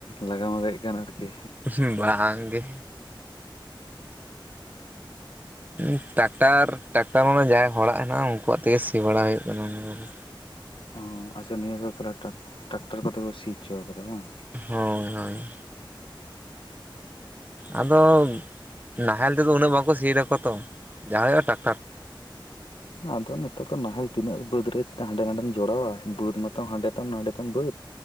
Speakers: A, on the left; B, on the right.
A: ᱞᱟᱜᱟᱣ ᱢᱟᱜᱟᱣᱮᱜ ᱠᱷᱟᱱ ᱟᱨᱠᱤ?
B: ᱦᱩᱸ ᱵᱟᱝ ᱜᱮ᱾ ᱩᱸ ᱴᱟᱠᱴᱟᱨ, ᱴᱟᱠᱴᱟᱨ ᱢᱟᱱᱮ ᱡᱟᱦᱟᱸᱭ ᱦᱚᱲᱟᱜ ᱦᱮᱱᱟᱜᱼᱟ ᱩᱝᱠᱩᱣᱟᱜ ᱛᱮᱜᱮ ᱥᱤ ᱵᱟᱲᱟ ᱦᱩᱭᱩᱜ ᱠᱟᱱᱟ <inaudible> <inaudible>
A: ᱚ ᱟᱪᱪᱷᱟ ᱱᱤᱭᱟᱹ ᱫᱷᱟᱣ ᱛᱟᱞᱦᱮ ᱴᱟᱠ-ᱴᱟᱠᱴᱟᱨ ᱠᱚᱛᱮᱯᱮ ᱥᱤ ᱪᱚ ᱠᱟᱫᱟ ᱵᱟᱝ?
B: ᱦᱳᱭ ᱦᱳᱭ᱾ ᱟᱫᱚ, ᱱᱟᱦᱮᱞ ᱛᱮᱫᱚ ᱩᱱᱟᱹᱜ ᱵᱟᱝᱠᱚ ᱥᱤ ᱫᱟᱠᱚ ᱛᱚ, ᱡᱟ ᱦᱳᱭᱳᱜᱼᱟ ᱴᱟᱠ
A: ᱟᱫᱚ ᱱᱤᱛᱚᱜ ᱫᱚ ᱱᱟᱦᱮᱞ ᱛᱤᱱᱟᱹᱜ ᱵᱟᱹᱫᱽ ᱨᱮ ᱦᱟᱸᱰᱮ ᱱᱟᱸᱰᱮᱢ ᱡᱚᱲᱟᱣᱟ? ᱵᱟᱹᱫᱽ ᱢᱟᱛᱚ ᱦᱟᱸᱰᱮ ᱛᱟᱢ ᱱᱟᱸᱰᱮ ᱛᱟᱢ ᱵᱟᱹᱫ,